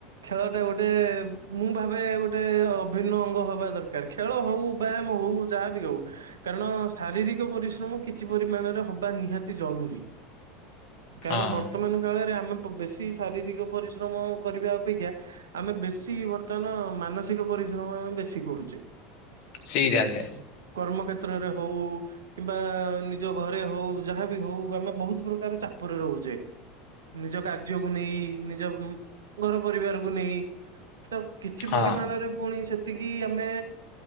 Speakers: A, on the right; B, on the left.
A: ଖେଳ ଟା ଗୋଟେ ମୁଁ ଭାବେ ଗୋଟେ ଅଭିନ୍ନ ଅ ଅଙ୍ଗ ହେବା ଦରକାର ଖେଳ ହଉ ବ୍ୟାୟାମ ହଉ ଯାହାବି ହଉ। କାରଣ ଶାରୀରିକ ପରିଶ୍ରମ କିଛି ପରିମାଣରେ ହବା ନିହାତି ଜରୁରୀ। କାରଣ
B: ହଁ
A: ବର୍ତ୍ତମାନ କାଳରେ ଆମେ ବ ବେଶୀ ଶାରୀରିକ ପରିଶ୍ରମ କରିବା ଅପେକ୍ଷା ଆମେ ବେଶୀ ବର୍ତ୍ତମାନ ମାନସିକ ପରିଶ୍ରମ ଆମେ ବେଶୀ କରୁଛେ।
B: <unintelligible>
A: କର୍ମ କ୍ଷେତ୍ରରେ ହଉ କିମ୍ବା ନିଜ ଘରେ ହଉ ଯାହାବି ହଉ ଆମେ ବହୁତ ପ୍ରକାର ଚାପରେ ରହୁଛେ। ନିଜ କାର୍ଯ୍ୟକୁ ନେଇ ନିଜ ଘର ପରିବାରକୁ ନେଇ ତ କିଛି
B: ହଁ
A: ପରିମାଣରେ ପୁଣି ସେତିକି ଆମେ